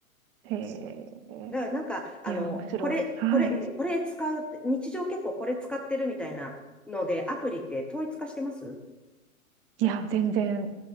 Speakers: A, on the right (about 40°); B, in the centre.
A: へえ。
B: な、なんか、あの、
A: いや、面白い。
B: これ、
A: はい。
B: これ、うん、これ使う、日常結構これ使ってるみたいなので、アプリって統一化してます
A: いや、全然、